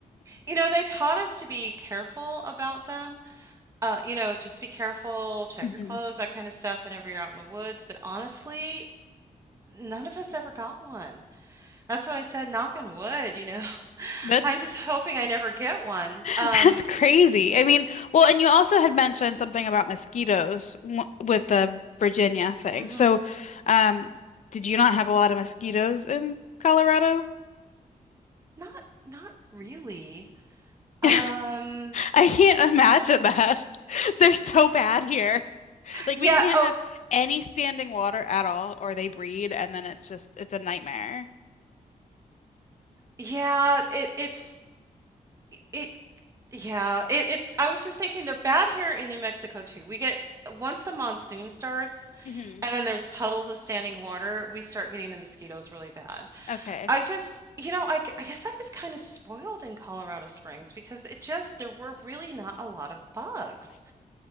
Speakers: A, on the right; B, on the left.
A: You know, they taught us to be careful about them. Uh, you know, just be careful, check
B: Mhm.
A: your clothes, that kind of stuff whenever you're out in the woods. But honestly, none of us ever got one. That's what I said, knock on wood, you know. <laughs>
B: That's
A: I'm just hoping I never get one.
B: <laughs>
A: Um,
B: That's crazy. I mean, well, and you also had mentioned something about mosquitoes w with the Virginia thing.
A: mhm.
B: So, um, did you not have a lot of mosquitoes in Colorado?
A: Not not really. Um,
B: <laughs> I can't imagine that. <laughs> They're so bad here. Like
A: yeah,
B: we can't
A: oh,
B: have any standing water at all, or they breed, and then it's just it's a nightmare.
A: yeah, it it's it, Yeah, it, it I was just thinking they're bad here in New Mexico too. We get uh, once the monsoon starts
B: hmm
A: and then there's puddles of standing water, we start getting the mosquitoes really bad.
B: Okay.
A: I just, you know, I, g- I guess I was kind of spoiled in Colorado Springs because it just there were really not a lot of bugs.